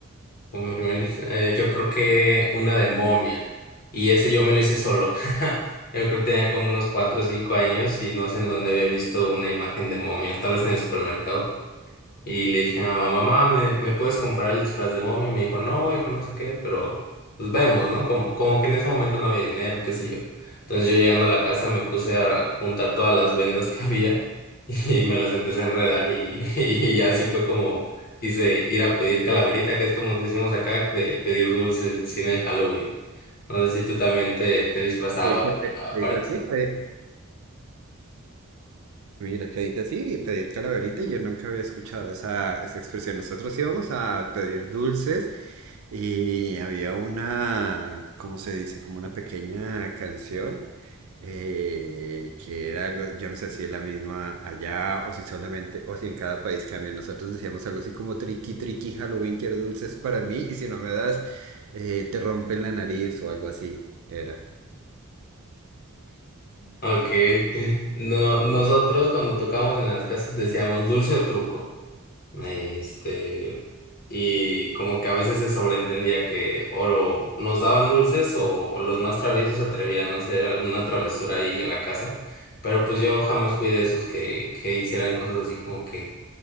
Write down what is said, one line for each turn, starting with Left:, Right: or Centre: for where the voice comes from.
Left: Como mi primer disfraz, eh, yo creo que una de momia. Y ese yo me lo hice solo. <laughs> Yo creo que tenía como unos cuatro o cinco años y no sé en dónde había visto una imagen de momia, tal vez en el supermercado. Y le dije a mamá, mamá, ¿me,
Right: Ah,
Left: me puedes comprar el disfraz de momia? Y me dijo, no, hijo, no sé qué, pero pues vemos, ¿no? Como, como que en ese momento no había dinero, qué sé yo. Entonces yo llegando a la casa me puse a juntar todas las vendas que <laughs> había y me las empecé a enredar y, <laughs> y así fue como quise ir a pedir calaverita, que es como decimos acá, de pedir dulces y así en el Halloween. No sé si tú también te, te disfrazabas
Right: ¿Te dice, te,
Left: para
Right: te
Left: para
Right: dice
Left: eso.
Right: así? Mira, te dice así, pedir calaverita, yo nunca había escuchado esa, esa expresión. Nosotros íbamos a pedir dulces y había una, ¿cómo se dice? Como una pequeña canción eh, que era algo, yo no sé si es la misma allá o si solamente, o si en cada país cambia. Nosotros decíamos algo así como triqui, triqui, Halloween, quiero dulces para mí y si no me das, eh, te rompen la nariz o algo así, era.
Left: Ok. <laughs> No, nosotros cuando tocábamos en las casas decíamos dulce o truco. Este, y como que a veces se sobreentendía que oro nos daban dulces o, o los más traviesos se atrevían a hacer alguna travesura ahí en la casa, pero pues yo jamás fui de esos que, que hicieran cosas así como que,